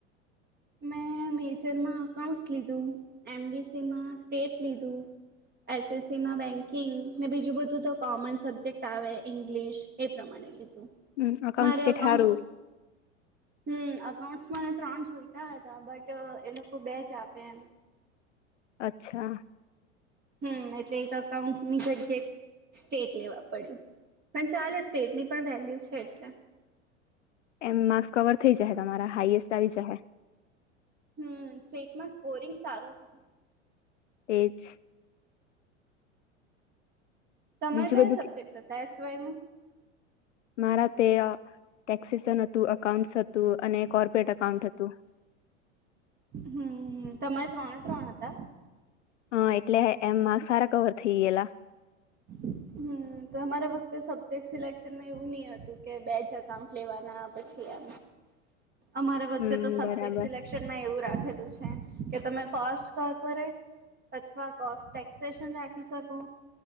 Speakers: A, on the right; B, on the left.
A: મેં મેજરમાં અકાઉન્ટ્સ લીધું, એમબીસીમાં સ્ટેટ લીધું, એસએસસીમાં બેન્કિંગ ને બીજું બધું તો કોમન સબ્જેક્ટ આવે ઇંગ્લિશ એ પ્રમાણે લીધું.
B: હમ અકાઉન્ટ
A: મારે
B: સ્ટેટ
A: અકાઉન્ટસ
B: હારું.
A: હમ્મ. એકાઉન્ટસ મારે ત્રણ જોય <unintelligible> હતા બટ એ લોકો બે જ આપે એમ.
B: અચ્છા.
A: હમ એટલે એક અકાઉન્ટની સબ્જેક્ટ સ્ટેટ લેવા પડ્યું. પણ ચાલે સ્ટેટની પણ વેલ્યુ છે એટલે.
B: એમ માર્ક્સ કવર થઈ જાય તમારા હાઈએસ્ટ આવી જશે
A: હમ સ્ટેટમાં સ્કોરિંગ સારું થાય
B: એજ <inaudible>
A: હ તમે
B: બીજું
A: કયા
B: બધું
A: સબ્જેક્ટ
B: કે-
A: હતા એસ વાય.
B: મારા તે ટેક્સસન હતું અકાઉન્ટસ હતું અને. કોર્પોરેટ અકાઉન્ટ હતું.
A: હમ તમારે ત્રણે ત્રણ હતા.
B: હા એટલે એમ માર્ક સારા કવર થઇ ગયેલા.
A: હમ અમારા વખતે સબ્જેક્ટ સિલેક્શનમાં એવું નહી હતું કે બે જ અકાઉન્ટ લેવાના પછી. અમારા વખતે
B: હમ
A: તો સબજેક્ટ
B: બરાબર.
A: સિલેક્શનમાં એવું રાખે. ેલું છે કે તમે કોસ્ટ કોર્પોરેટ અથવા કો ટેક્સેશન રાખી શકો